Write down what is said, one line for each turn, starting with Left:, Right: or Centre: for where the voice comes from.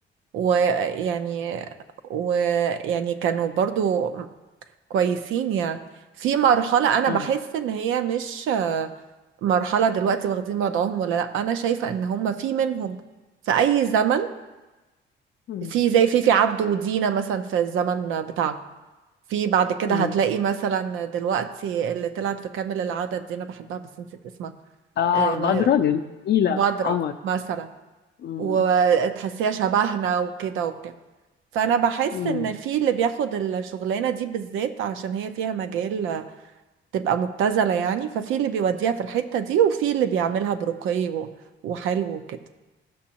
Right: ويعني ويعني كانوا برضو كويسين يعني في مرحلة أنا
Left: اه
Right: بحس إن هي مش آه، مرحلة دلوقتي واخدين وضعهم ولا لأ أنا شايفة إن هم في منهم في أي زمن
Left: امم
Right: في زي فيفي عبده ودينا مثلا في الزمن بتاعها في بعد كده
Left: امم
Right: هتلاقي مثلا دلوقتي اللي طلعت في كامل العدد دي أنا بحبها بس نسيت اسمها
Left: اه
Right: آه، ماهرة
Left: بدرة جميله
Right: بدرة
Left: قمر
Right: مثلا
Left: امم
Right: وتحسيها شبهنا وكده وبتاع فانا بحس
Left: امم
Right: ان في اللي بياخد الشغلانه دي بالذات عشان هي فيها مجال تبقى مبتذله يعني ففي اللي بيوديها في الحته دي وفي اللي بيعملها برقي و- وحلو وكده